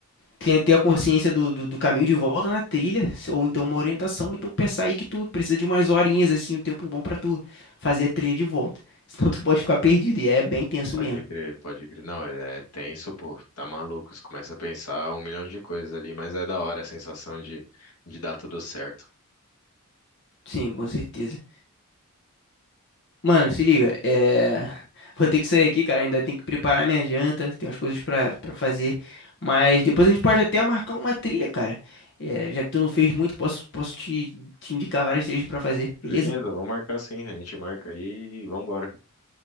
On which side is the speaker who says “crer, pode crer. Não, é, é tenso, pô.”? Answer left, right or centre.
Left